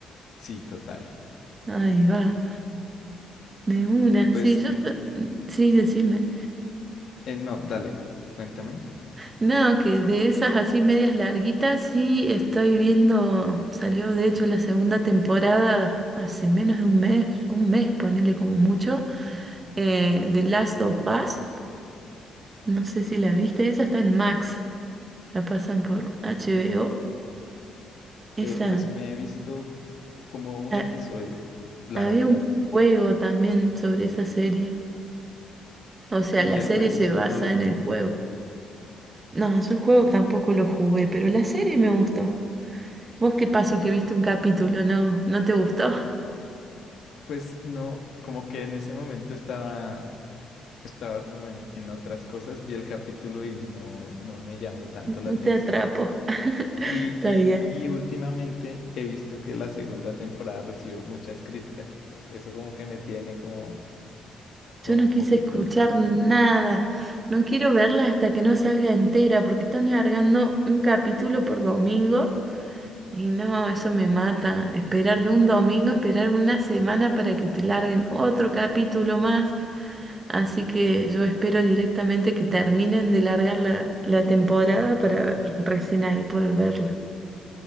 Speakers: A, on the left; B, on the right.
A: Sí, total.
B: Ahí va, de una.
A: Y pues,
B: Sí, yo esto- sí, decime.
A: eh, no, dale, cuéntame.
B: No, que de esas así medias larguitas, sí estoy viendo. Salió de hecho la segunda temporada hace menos de un mes, un mes, ponele como mucho, eh, de Last of Us. No sé si la viste, esa está en Max, la pasan por HBO. Esa,
A: Eh, pues me he visto como un
B: ha-
A: episodio, la
B: había
A: verdad.
B: un juego también sobre esa serie. O sea,
A: Y
B: la
A: el
B: serie
A: juego
B: se
A: sí
B: basa
A: no lo
B: en
A: conozco.
B: el juego. No, yo el juego tampoco lo jugué, pero la serie me gustó. ¿Vos qué pasó que viste un capítulo? ¿No, no te gustó? <laughs>
A: Pues no, como que en ese momento estaba estaba como en, en otras cosas, vi el capítulo y no, no me llamó tanto la
B: No
A: atención.
B: te atrapo. <laughs>
A: Y,
B: Está
A: y,
B: bien.
A: en- y últimamente he visto que la segunda temporada recibió muchas críticas. Entonces, eso como que me tiene como, como
B: Yo no
A: un
B: quise
A: poquito
B: escuchar nada. No quiero verla hasta que no salga entera, porque están largando un capítulo por domingo. Y no, eso me mata. Esperar de un domingo, esperar una semana para que te larguen otro capítulo más. Así que yo espero directamente que terminen de largar la, la temporada para recién ahí poder verla.